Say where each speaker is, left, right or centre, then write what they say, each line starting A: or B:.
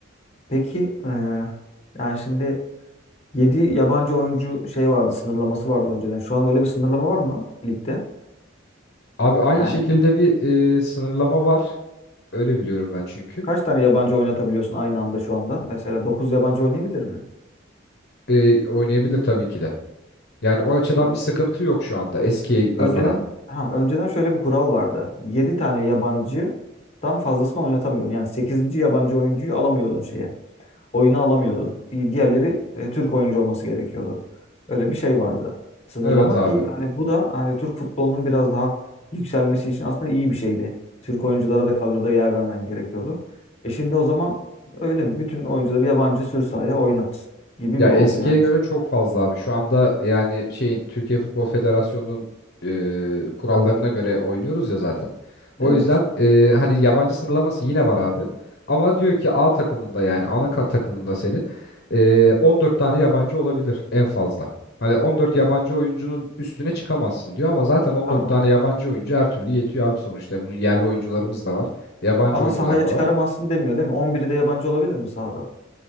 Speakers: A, on the left; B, on the left.
A: Peki, e, yani şimdi 7 yabancı oyuncu şey vardı, sınırlaması vardı önceden. Şu an öyle bir sınırlama var mı ligde?
B: Abi aynı
A: Yani
B: şekilde bir e, sınırlama var. Öyle biliyorum ben çünkü.
A: kaç tane yabancı oynatabiliyorsun aynı anda şu anda? Mesela 9 yabancı oynayabilir mi?
B: E, oynayabilir tabii ki de. Yani o açıdan
A: Olabilir.
B: bir sıkıntı yok şu anda eskiye
A: Önceden
B: nazaran.
A: ha, önceden şöyle bir kural vardı. 7 tane yabancıdan fazlasını oynatamıyordun. Yani sekizinci yabancı oyuncuyu alamıyordun şeye. oyunu alamıyordun. Di- Diğerleri e, Türk oyuncu olması gerekiyordu. Öyle bir şey vardı. Sınırlama
B: Evet abi.
A: ki hani bu da hani Türk futbolunun biraz daha yükselmesi için aslında iyi bir şeydi. Türk oyunculara da kadroda yer vermen gerekiyordu. E şimdi o zaman öyle mi? Bütün oyuncuları yabancı sür sahaya oynat gibi
B: Ya
A: mi
B: eskiye
A: oldu yani
B: göre
A: şimdi?
B: çok fazla abi. Şu anda yani şeyin Türkiye Futbol Federasyonu'nun e, kurallarına göre oynuyoruz ya zaten. O
A: Evet.
B: yüzden e, hani yabancı sınırlaması yine var abi. Ama diyor ki A takımında yani ana kat takımında senin e, 14 tane yabancı olabilir en fazla. Hani 14 yabancı oyuncunun üstüne çıkamazsın diyor ama zaten 14
A: Tamam.
B: tane yabancı oyuncu her türlü yetiyor abi sonuçta. Bunun yerli oyuncularımız da var, yabancı
A: Ama
B: oyuncular
A: sahaya
B: da
A: çıkaramazsın
B: var.
A: demiyor değil mi? On biri de yabancı olabilir mi sahada?